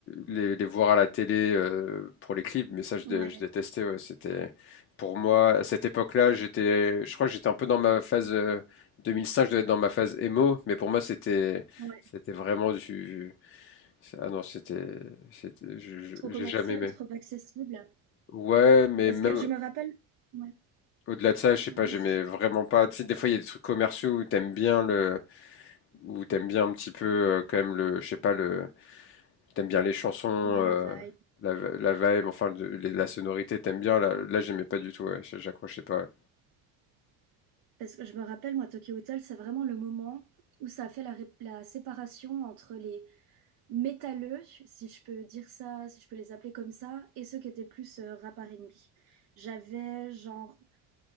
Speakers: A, on the left; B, on the right.
A: les, les voir à la télé euh, pour les clips, mais ça je,
B: Ouais.
A: dé- je détestais. ouais. C'était pour moi à cette époque-là, j'étais, je crois que j'étais un peu dans ma phase euh, 2005. Je devais être dans ma phase emo, mais pour moi c'était,
B: Ouais.
A: c'était vraiment du. Ah non, c'était, c'était, je- je-
B: Trop
A: j'ai
B: commercial,
A: jamais aimé.
B: trop accessible.
A: Ouais, mais
B: Parce
A: même
B: que je me rappelle... Ouais.
A: au-delà de ça, je sais pas,
B: Ah, vas-y.
A: j'aimais vraiment pas. Tu sais, des fois il y a des trucs commerciaux où t'aimes bien le ou t'aimes bien un petit peu euh, quand même le, je sais pas le, t'aimes bien les chansons, euh,
B: Ah, la vibe.
A: la, la vibe, enfin de- les- la sonorité, t'aimes bien. Là, là j'aimais pas du tout, ouais, j'- j'accrochais pas. ouais.
B: Parce que je me rappelle, moi, Tokyo Hotel, c'est vraiment le moment où ça a fait la, ré- la séparation entre les métalleux, si je peux dire ça, si je peux les appeler comme ça, et ceux qui étaient plus euh, rap R&B. J'avais genre